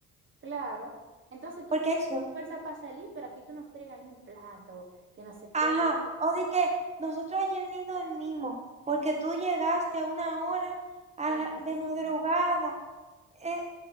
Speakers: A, on the right (about 40°); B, on the right (about 20°).
A: claro. Entonces tú
B: porque
A: tienes
B: hay sol.
A: fuerza para salir, pero aquí tú no friegas ni un plato, que no sé
B: Ajá,
A: qué.
B: o de que nosotros ayer ni dormimos, porque tú llegaste a una hora a
A: tardísimo.
B: la- de madrugada eh,